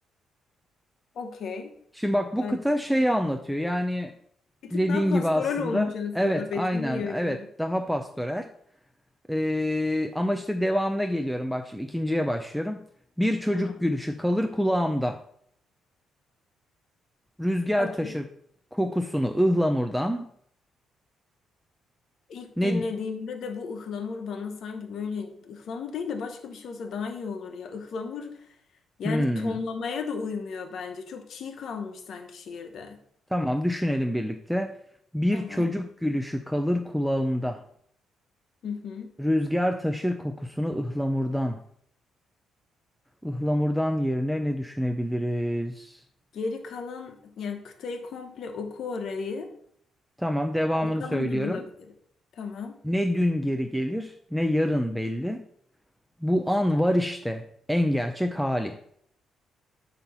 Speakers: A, on the left; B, in the centre.
A: Okey.
B: Şimdi bak bu
A: Ben
B: kıta şeyi anlatıyor. Yani
A: bir
B: dediğin
A: tık daha pastoral
B: gibi aslında
A: olmuş aslında.
B: evet
A: Betimliyor
B: aynen
A: gibi.
B: evet daha pastoral. Ee, ama işte devamına geliyorum bak şimdi ikinciye başlıyorum. Bir çocuk
A: Tamam.
B: gülüşü kalır kulağımda. Rüzgar
A: Okey.
B: taşır kokusunu ıhlamurdan.
A: İlk
B: Ne
A: dinlediğimde de bu ıhlamur bana sanki böyle ıhlamur değil de başka bir şey olsa daha iyi olur ya. Ihlamur Yani
B: hmm,
A: tonlamaya da uymuyor bence. Çok çiğ kalmış sanki şiirde.
B: tamam düşünelim birlikte. Bir
A: Tamam.
B: çocuk gülüşü kalır kulağımda.
A: Hı hı.
B: Rüzgar taşır kokusunu ıhlamurdan. Ihlamurdan yerine ne düşünebiliriz?
A: Geri kalan yani kıtayı komple oku orayı.
B: Tamam, devamını
A: Bakalım
B: söylüyorum.
A: ne bulabilirim. Tamam.
B: Ne dün geri gelir, ne yarın belli. Bu an var işte, en gerçek hali.